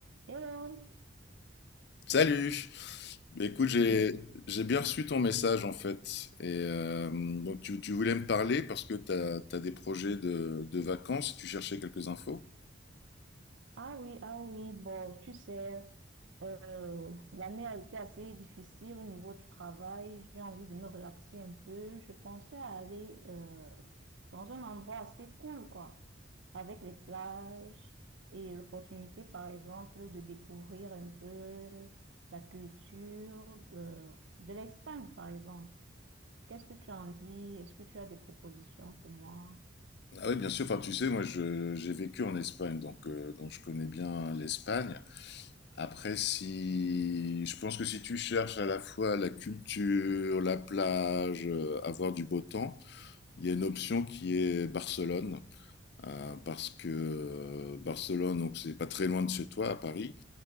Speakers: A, on the right; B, on the left.
A: Hello.
B: Salut! Mais écoute, j'ai
A: <laughs>
B: j'ai bien reçu ton message en fait. Et euh, donc tu, tu voulais me parler parce que tu as, des projets de, de vacances, tu cherchais quelques infos.
A: Ah oui, ah oui, bon, tu sais, euh, l'année a été assez difficile au niveau du travail. J'ai envie de me relaxer un peu. Je pensais à aller euh, dans un endroit assez cool, quoi, avec les plages et l'opportunité, par exemple, de découvrir un peu la culture euh, de l'Espagne, par exemple. Qu'est-ce que tu en dis? Est-ce que tu as des propositions pour moi?
B: Ah oui, bien sûr. Enfin, tu sais, moi je- j'ai vécu en Espagne, donc euh, donc je connais bien l'Espagne. Après, si je pense que si tu cherches à la fois la culture, la plage, euh, avoir du beau temps. Il y a une option qui est Barcelone, euh, parce que euh, Barcelone, donc c'est pas très loin de chez toi, à Paris,